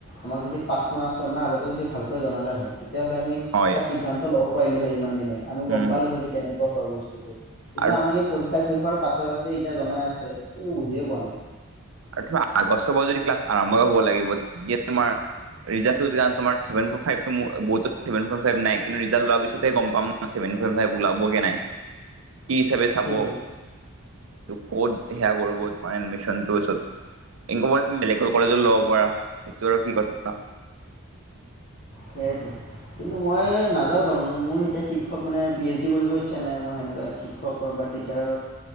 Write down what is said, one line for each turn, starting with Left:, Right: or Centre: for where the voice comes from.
Left: আমাক যদি পাঁচ মাহ ছয় মাহ আগতে যদি ভালকৈ জনালে হয় <unintelligible> তেতিয়াহ'লে আমি
Right: হয়
Left: এটা সিদ্ধান্ত লব পাৰিলো হয় ইমান দিনে আমি
Right: উম
Left: গম পালো হয় যে কেনেকুৱা হয় বস্তু তো সেইদিনা
Right: আৰু
Left: আমাৰ এই পৰীক্ষা শেষ হোৱাৰ পাছে -পাছে এতিয়া জনাই আছে একো বুজিয়ে পোৱা নাই।
Right: আৰু তোমাৰ আগষ্টৰ পৰা যদি ক্লাছ আৰম্ভ হ'ব লাগিব তেতিয়া তোমাৰ ৰিজনতো তোমাৰ চেভেনতো ফাইফতো বহুতত চেভেন পইন্ট, ফাইফ নাই কিন্ত ৰিজাল্ট ওলোৱা পিছত হে গম পাম ন' চেভেন চেভেন পইন্টফাইফ ওলাবগে নাই কি হিচাপে চাব
Left: সেইটো
Right: এইটো ক'ত সেয়া কৰিব তোমাৰ এডমিচনটো চব <unintelligible> তুমি বেলেগকৈ কলেজত ল'ব পাৰা এইটো আৰু কি কথা
Left: সেয়াইটো। কিন্তু মই নাযাওঁ কাৰণ মোৰ এতিয়া শিক্ষক মানে পি এইচ ডি কৰিব ইচ্ছা নাই মই সেনেকুৱা শিক্ষকৰ টীচাৰ